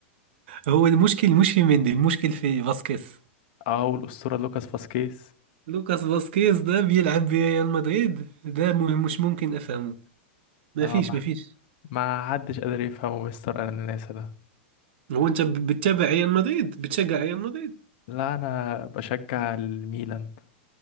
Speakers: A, on the right; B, on the left.
A: هو المشكل مش في مندي المشكل في فاسكيز
B: او الاسطورة لوكاس فاسكيز
A: لوكاس فاسكيز ده بيلعب بريال مدريد ده م- مش ممكن أفهمه ما
B: اه
A: فيش
B: ما
A: ما فيش
B: ما حدش قادر يفهمه مستر اناناسا ده
A: هو أنت ب- بتتابع ريال مدريد بتشجع ريال مدريد
B: لا انا بشجع الميلان